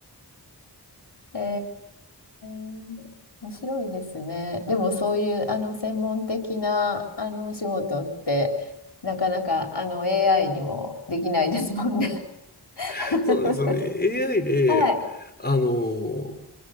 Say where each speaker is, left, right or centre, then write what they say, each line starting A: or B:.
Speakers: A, on the left; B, on the left.
A: ー <laughs> えー、面白いですね。でもそういう、あの、専門的な、あの、お仕事って、なかなか、あの、AI にもできないですもんね。<laughs>
B: <laughs> そうなんですよね。AI で、
A: はい、
B: あの、